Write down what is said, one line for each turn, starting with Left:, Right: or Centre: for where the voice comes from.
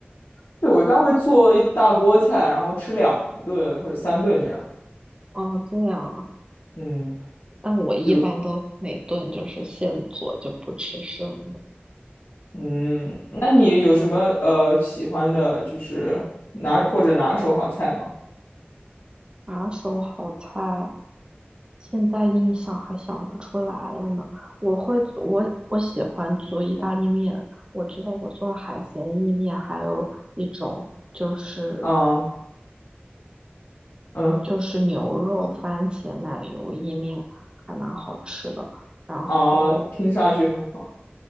Left: 对，我一般会做一大锅菜，然后吃两顿或者三顿这样。
Right: 哦，这样啊。
Left: 嗯，
Right: 但我一般都每顿就是现做，
Left: 有，
Right: 就不吃剩的。
Left: 嗯，那你有什么呃喜欢的，就是拿或者拿手好菜吗？
Right: 拿手好菜，现在印象还想不出来了呢。我会做，我我喜欢做意大利面。我觉得我做海鲜意面，还有一种就是。
Left: 啊，嗯，
Right: 就是牛肉、番茄、奶油意面，还蛮好吃的。然后
Left: 啊，听上去很好。